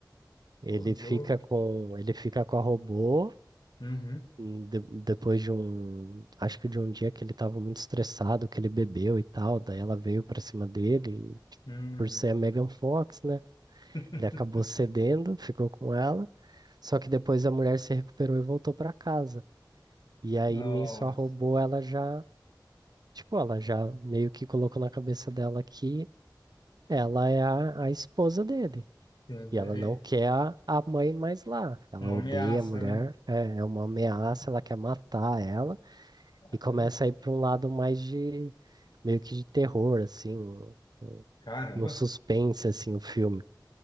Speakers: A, on the right; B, on the left.
A: ele
B: Ô, louco.
A: fica com ele fica com a robô
B: Uhum.
A: hum, de- depois de um, acho que de um dia que ele estava muito estressado, que ele bebeu e tal, daí ela veio pra cima dele, e, tipo,
B: Uhum.
A: por ser a Megan Fox, né?
B: <laughs>
A: Ele acabou cedendo, ficou com ela, só que depois a mulher se recuperou e voltou pra casa. E aí
B: Nossa.
A: nisso a robô ela já, tipo, ela já meio que colocou na cabeça dela que ela é a, a esposa dele.
B: Sim,
A: E ela
B: é,
A: não
B: é
A: quer a, a mãe mais lá. Ela
B: uma
A: odeia
B: ameaça,
A: a mulher,
B: né?
A: é, é uma ameaça, ela quer matar ela e começa
B: Caramba.
A: a ir para um lado mais de meio que de terror, assim, um,
B: Caramba.
A: um suspense assim, o filme.